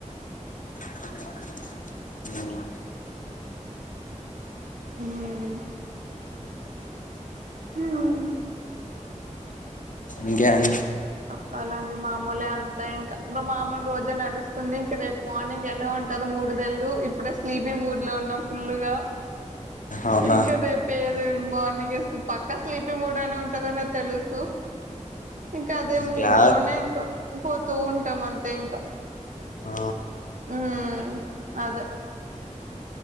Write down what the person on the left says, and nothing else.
అ
ఇంకేం అండి
అవునా
క్లాస్
ఆ